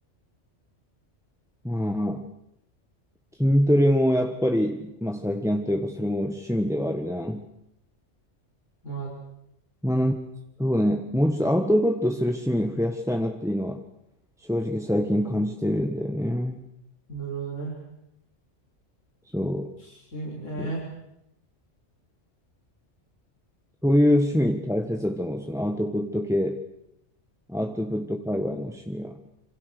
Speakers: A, in the centre; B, on the left.
A: まあ、筋トレもやっぱり、まあ最近あったというか、それも趣味ではあるな。
B: まあ、
A: まあなんか、そうね、もうちょっとアウトプットする趣味を増やしたいなっていうのは、正直最近感じてるんだよね。
B: なるほどね。
A: そ
B: 趣味ね。
A: う。そういう趣味大切だと思う。そのアウトプット系。アウトプット界隈の趣味は。